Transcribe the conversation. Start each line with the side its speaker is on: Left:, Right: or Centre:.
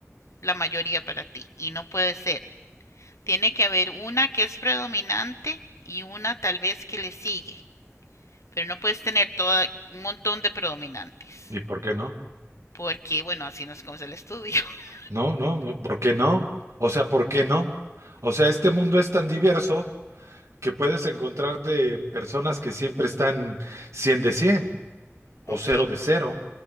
Left: la mayoría para ti y no puede ser. Tiene que haber una que es predominante y una tal vez que le sigue. Pero no puedes tener todo un montón de predominantes.
Right: ¿Y por qué no?
Left: Porque, bueno, así nos comes el estudio. <laughs>
Right: No, no, no, ¿por qué no? O sea, ¿por qué no? O sea, este mundo es tan diverso que puedes encontrarte personas que siempre están 100 de 100 o
Left: Ok.
Right: cero de cero.